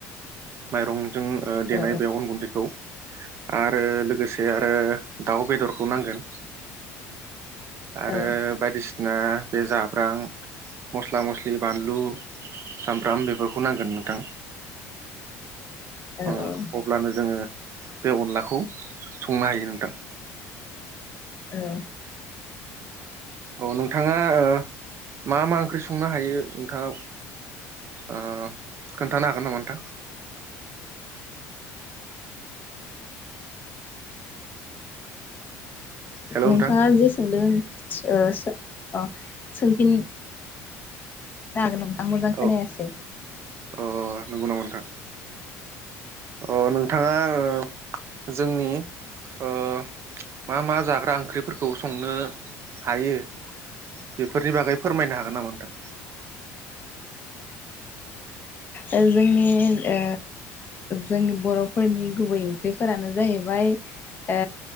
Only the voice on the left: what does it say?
औ
औ
औ
औ
औ
नोंथाङा जे सोंदों सो ओ सो अ सोंफिन <unintelligible> खोनायासै
औ जोंनि ओ जोंनि बर'फोरनि गुबै ओंख्रिफोरानो जाहैबाय ओ